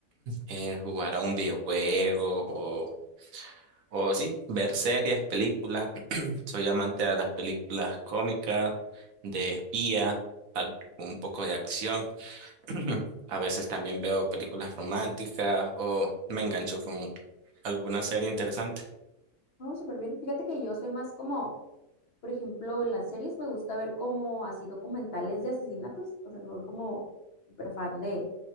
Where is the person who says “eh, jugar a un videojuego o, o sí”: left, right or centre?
Right